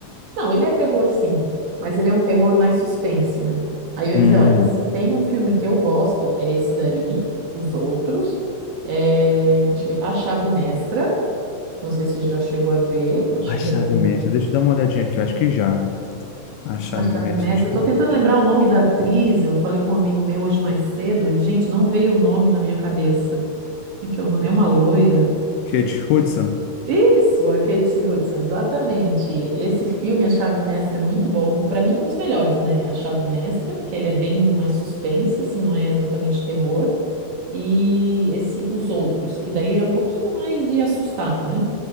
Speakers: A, on the right; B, on the left.
A: não, ele é terror, sim, mas ele é um terror mais suspense, né? Aí eu ia
B: Hum,
A: dizer, olha, se tem um filme que eu gosto, é esse dali, Os Outros. É, deixa eu ver, A Chave Mestra. Não sei se você já chegou a ver, eu acho-
B: A
A: recomendo
B: chave mestra,
A: muito.
B: deixa eu dar uma olhadinha aqui, eu acho que já. A chave
A: A Chave
B: mestra,
A: Mestre,
B: acho
A: eu
B: que
A: tô
B: já.
A: tentando lembrar o nome da atriz, eu falei com um amigo meu hoje mais cedo e, gente, não veio o nome na minha cabeça. Como é que é o nome? É uma loira?
B: Que é de Hudson.
A: Isso, a Kate Hudson, exatamente. Esse filme, A Chave Mestra, é muito bom. Para mim, um dos melhores, né? A Chave Mestra, que ele é bem mais suspense, assim, não é exatamente terror. E esse Os Outros, que daí é um pouquinho mais de assustar, né?